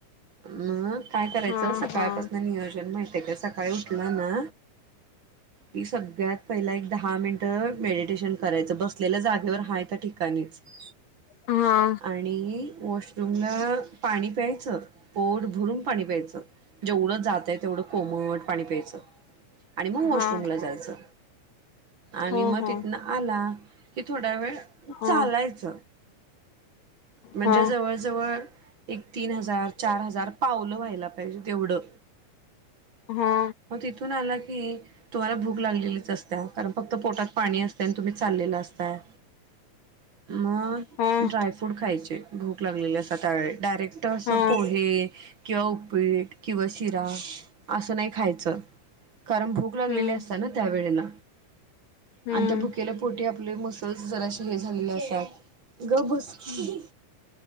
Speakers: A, on the right; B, on the left.
A: मग. काय करायचं.
B: हा
A: सकाळपासन
B: हा
A: नियोजन माहित आहे का सकाळी उठलं ना. की सगळ्यात पहिला एक दहा मिनिटं मेडिटेशन करायचं बसलेल्या जागेवर हाय त्या ठीक काय न्यायचं
B: हा
A: आणि वॉशरूमला पाणी प्यायचं. पोट भरून पाणी प्यायचं. जेवढं जातय तेवढं कोमट पाणी प्यायचं. आणि मग वॉशरूमला
B: हा
A: जायचं आणि
B: हो
A: मग
B: हो.
A: तिथन आला कि थोड्या वेळ
B: हा
A: चालायच. म्हणजे
B: हा
A: जवळ जवळ एक तीन हजार, चार हजार पावलं व्हायला पाहिजे तेवढं.
B: हा.
A: मग तिथून आला की तुम्हाला भूक लागलेलीच असत्या. कारण फक्त पोटात पाणी असते आणि तुम्ही चाललेलं असतय. मग,
B: हा
A: ड्रायफ्रूट खायचे. भूक लागलेले असत्या त्यावेळी. डायरेक्ट असं
B: हा
A: पोहे किंवा उपीट किंवा शिरा असं नाही खायचं. कारण भूक
B: हम्म
A: लागलेली असत्या ना त्यावेळेला,
B: हम्म
A: आणि त्या भुकेला पोटी आपले मसल्स जरा हे झालेले असतात. गप बस की,